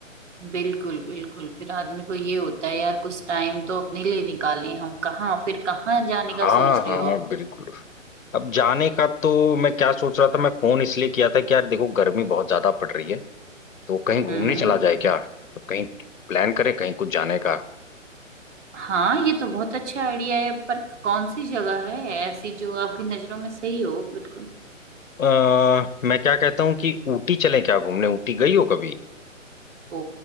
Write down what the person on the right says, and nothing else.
बिल्कुल बिल्कुल फिर आदमी को ये होता है यार कुछ टाइम तो अपने लिए निकालें हम कहाँ फिर कहाँ जाने
का सोच
रहे हो आप
हम्म
हाँ ये तो बहुत अच्छा आइडिया है पर कौन सी जगह है ऐसी जो आपकी नजरों में सही हो बिल्कुल
ओ